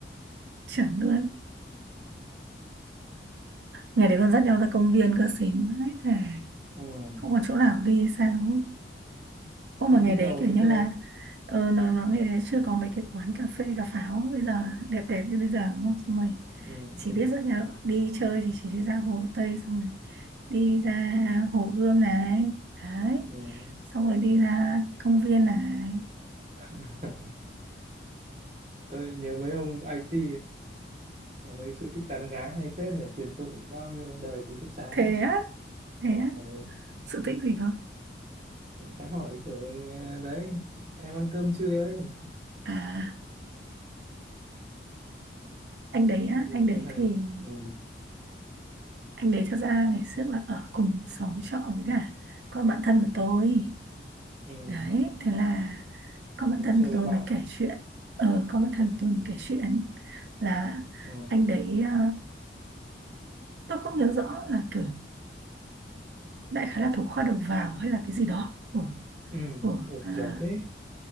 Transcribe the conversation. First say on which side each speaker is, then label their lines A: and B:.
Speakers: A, on the right; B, on the right.
A: Chuẩn luôn. Ngày đấy còn dắt nhau ra công viên cơ xín. Đấy, thề.
B: ừ.
A: Không còn chỗ nào đi hay sao ấy. Ô
B: thì
A: mà ngày
B: lúc
A: đấy
B: đầu
A: kiểu
B: thì
A: như
B: tôi
A: là ờ nó nó ngày đấy chưa có mấy cái quán cà phê cà pháo bây giờ đẹp đẹp như bây giờ đúng không? Xong rồi
B: ừ,
A: chỉ
B: ừ,
A: biết rất là đi chơi thì chỉ đi ra Hồ Tây xong rồi đi ra Hồ Gươm này đấy
B: ừ.
A: xong rồi đi ra công viên này
B: <laughs> tôi nhớ mấy ông IT có mấy sự thích tán gái hay phết nhỉ truyền tụng bao nhiêu đời ký túc xá
A: thế á thế á
B: ừ.
A: sự tích gì không
B: lại cái hỏi kiểu "Ờ, đấy em ăn cơm chưa ấy
A: à anh đấy á
B: rồi
A: anh
B: cũng
A: đấy
B: hay
A: thì
B: ừ.
A: anh đấy thật ra ngày trước là ở cùng xóm trọ với cả con bạn thân của tôi
B: Ừ.
A: đấy thế là con bạn
B: để
A: thân
B: chơi
A: của
B: với
A: tôi
B: bạn
A: mới kể chuyện ờ con bạn thân của tôi mới kể chuyện là
B: ừ.
A: anh đấy ờ, tôi không nhớ rõ là kiểu đại khái là thủ khoa đầu vào hay là cái gì đó của
B: Ừ.
A: của
B: Ủa,
A: à,
B: giỏi thế